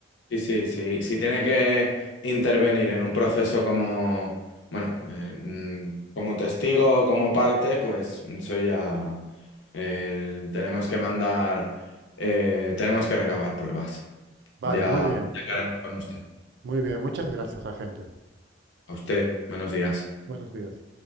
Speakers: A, on the left; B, on the right.
A: Sí, sí, sí. Si tiene que intervenir en un proceso como, bueno, eh, mm, como testigo, como parte, pues soy ya. eh, tenemos que mandar, eh, tenemos que recabar pruebas.
B: Vale,
A: Ya
B: muy bien,
A: ya hablaremos con usted.
B: muy bien. Muchas gracias, agente.
A: A usted, buenos días.
B: Buenos días.